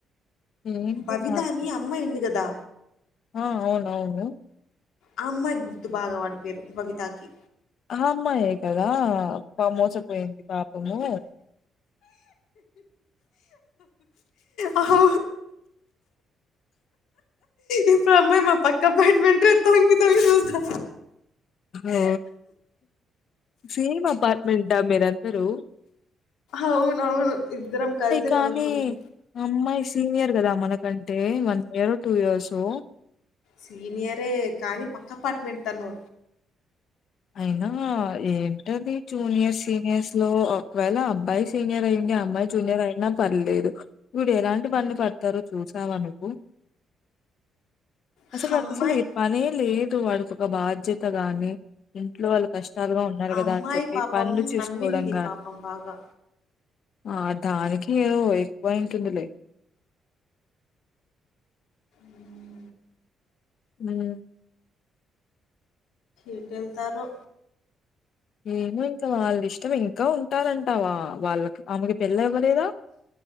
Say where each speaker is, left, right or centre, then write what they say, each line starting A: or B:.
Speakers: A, on the left; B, on the left.
A: ఏంటో
B: భవిత
A: నాకు
B: అని అమ్మాయి ఉంది కదా
A: ఆ అవునవును
B: ఆ అమ్మాయి కి గుర్తు బాగా వాడి పేరు బవితాకి
A: ఆ అమ్మాయే కదా బాగా మోసపోయింది పాపము
B: అ హా ఇప్పుడు ఆ అమ్మాయి మా పక్క అపార్ట్మెంట్ లో తొంగి తొంగి చూస్తా
A: ఓ సేమ్ అపార్ట్మెంటా మీరు అందరూ
B: అవునవును ఇద్దరం కలిసే
A: కానీ
B: కొనుకున్నాం
A: అమ్మాయి సీనియర్ కదా మనకంటే వన్ ఇయర్ టూ ఇయర్సో
B: సీనియరే కానీ పక్క అపార్ట్మెంట్ తను
A: అయినా ఏంటది జూనియర్ సీనియర్స్ లో ఒకవేళ అబ్బాయి సీనియర్ అయ్యిండి అమ్మాయి జూనియర్ అయినా పర్లేదు వీడు ఎలాంటి పనిలు పడతారో చూసావా నువ్వు అసలు
B: ఆ
A: వాడికి
B: అమ్మాయి
A: అసలు పనే లేదు వాడికి ఒక బాధ్యత గాని ఇంట్లో వాళ్ళు కష్టాలుగా ఉన్నారు
B: ఆ
A: కదా
B: అమ్మాయి
A: అని చెప్పి
B: పాపం
A: పనులు చూసుకోవడం
B: నమ్మింది
A: కానీ
B: పాపం బాగా
A: ఆ దానికి ఏవో ఎక్కువైటుందిలే
B: మ్మ్.
A: ఉమ్
B: ఎటెళ్తారో
A: ఏమో ఇంకా వాళ్ళ ఇష్టం ఇంకా ఉంటారంటావా వాళ్ళకి ఆమెకి పెళ్లి అవ్వలేదా